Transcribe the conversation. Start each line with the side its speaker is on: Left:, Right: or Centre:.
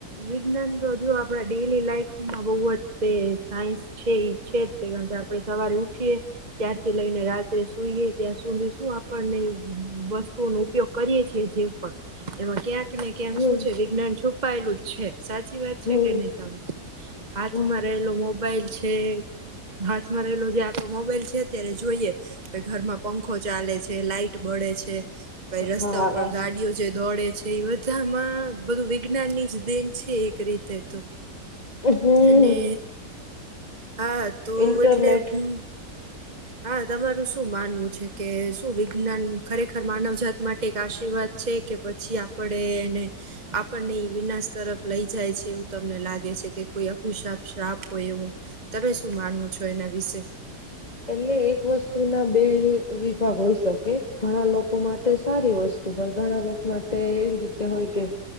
Right: વિજ્ઞાન તો હજુ આપણા ડેઈલી લાઈફમાં બહુ તે સાયન્સ છે ઈ છે જ તે. કારણ કે, આપણે સવારે ઉઠીએ ત્યારથી લઈને રાત્રે સુઈએ ત્યાં સુધી શું આપણને વસ્તુઓનો ઉપયોગ કરીયે છીએ જે પણ‌. એમાં ક્યા કને ક્યાંક
Left: હમ્મ
Right: શું છે? વિજ્ઞાન છુપાયેલું જ છે સાચી વાત છે
Left: હમ્મ
Right: કે નહી તમે હાથમાં
Left: હમ્મ
Right: રહેલો મોબ બાઈલ છે. હાથમાં રહેલો જે આપણો મોબાઈલ છે ત્યારે જોઈએ કે ઘરમાં પંખો ચાલે છે, લાઈટ બળે છે પહિ રસ્તા
Left: હા
Right: ઉપર ગાડીઓ જે દોડે છે. એ બધામાં બધું વિજ્ઞાનની જ દેન છે એક રી તે તો
Left: હમ્મ
Right: અને હા તો
Left: ઇન્ટરનેટ
Right: એટલે હું
Left: <inaudible>
Right: હા તમારું શું માનવું છે કે શું વિજ્ઞાન ખરેખર માનવ જાત માટે એક આશીર્વાદ છે કે પછી આપણે એને આપણને ઈ વિનાશ તરફ લઈ જાય છે એવ તમને લાગે છે કે કોઈ અભિશાપ શ્રાપ હોય એવું. તમે શું માનવુ છો એના વિશે?
Left: એટલે એક વસ્તુના બે વિભાગ હોય શકે ઘણાં લોકો માટે સારી વસ્તુ તો ભાઈ ઘણા લોકો માટે એવી રીતે હોય કે